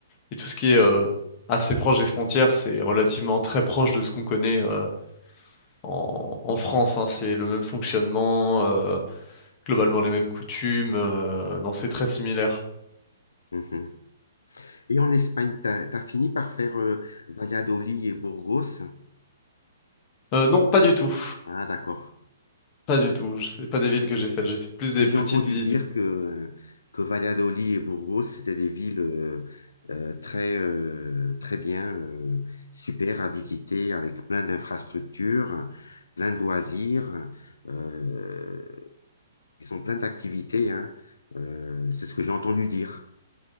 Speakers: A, on the left; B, on the left.
A: et tout ce qui est euh, assez proche des frontières, c'est relativement très proche de ce qu'on connaît euh, en, en France. hein. C'est le même fonctionnement, euh, globalement les mêmes coutumes, euh, non c'est très similaire.
B: mhm. Et en Espagne, tu as, fini par faire euh, Valladolid et Burgos.
A: Euh, non, pas du tout.
B: Ah, d'accord.
A: Pas du tout, je- c'est pas des villes que j'ai faites, j'ai fait plus
B: Parce
A: des
B: que j'ai
A: petites
B: entendu
A: villes.
B: dire que, que Valladolid et Burgos, c'était des villes euh, euh, très, euh, très bien, euh, super à visiter, avec plein d'infrastructures, plein de loisirs. euh, ils ont plein d'activités, hein. Euh, c'est ce que j'ai entendu dire.